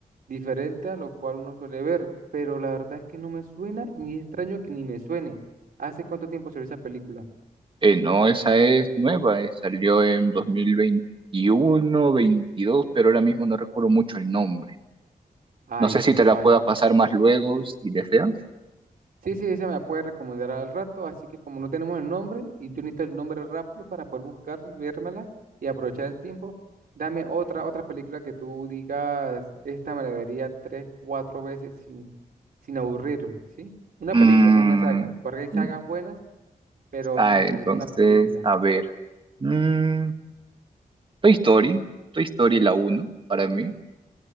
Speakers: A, on the right; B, on the right.
A: diferente a lo cual uno suele ver. Pero la verdad es que no me suena y es extraño que ni me suene. ¿Hace cuánto tiempo salió esa película?
B: Eh, no, esa es nueva, eh, salió en 2021, 22, pero ahora mismo no recuerdo mucho el nombre.
A: Ay,
B: No sé
A: qué
B: si te la
A: falla.
B: pueda pasar más luego, si deseas.
A: Sí, sí, esa me la puede recomendar al rato, así que como no tenemos el nombre y yo necesito el nombre rápido para poder buscarla y vérmela y aprovechar el tiempo, dame otra, otra película que tú digas, esta me la vería tres, cuatro veces sin, sin aburrirme, ¿sí? Una
B: Mm,
A: película, no una saga, porque hay sagas
B: mm,
A: buenas, pero
B: ah,
A: siento
B: entonces,
A: que sería una película.
B: a ver. Mm, Toy Story, Toy Story la uno, para mí,